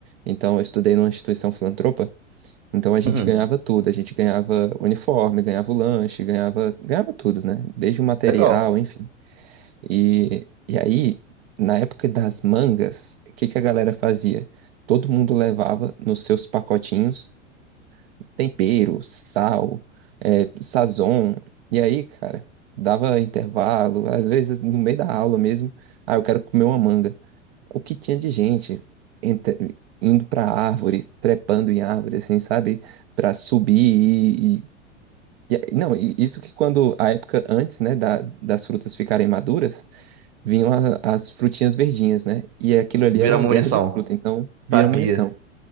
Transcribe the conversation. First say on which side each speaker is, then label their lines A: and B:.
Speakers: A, on the right (about 55°); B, on the right (about 40°).
A: Então eu estudei numa instituição filantropa, então a gente
B: Uhum.
A: ganhava tudo, a gente ganhava uniforme, ganhava o lanche, ganhava, ganhava tudo, né? Desde o material,
B: Legal.
A: enfim. E, e aí, na época das mangas, o que que a galera fazia? Todo mundo levava nos seus pacotinhos tempero, sal, é, sazon. E aí, cara, dava intervalo, às vezes no meio da aula mesmo, ah, eu quero comer uma manga. O que tinha de gente entre- indo pra árvore, trepando em árvore, assim, sabe? Pra subir e... e- e- a- não, e isso que quando, a época antes, né, da- das frutas ficarem maduras, vinham a- as frutinhas verdinhas, né? E aquilo ali
B: Virar
A: era uma
B: uma
A: guerra
B: munição.
A: de fruta, então vira
B: Sabia.
A: munição.